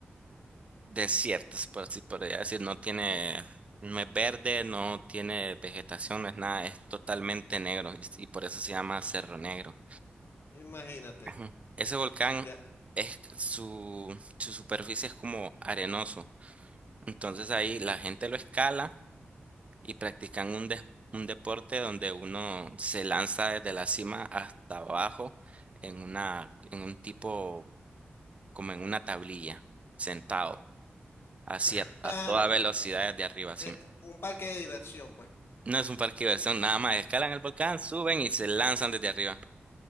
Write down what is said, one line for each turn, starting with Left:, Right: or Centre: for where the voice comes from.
Right: desierto, por así podría decir, no tiene, no es verde, no tiene vegetación, no es nada, es totalmente negro y, y por eso se llama Cerro Negro.
Left: Imagínate,
Right: Ajá. Ese volcán
Left: ya,
Right: es su, su superficie es como arenoso, entonces ahí la gente lo escala y practican un, des- un deporte donde uno se lanza desde la cima hasta abajo en una, en un tipo, como en una tablilla, sentado, así
Left: <laughs>
Right: a, a
Left: ah,
Right: toda
Left: la-
Right: velocidad
Left: eh,
Right: desde arriba, así.
Left: eh, un parque de diversión, pues.
Right: No es un parque de diversión, nada más escalan el volcán, suben y se lanzan desde arriba.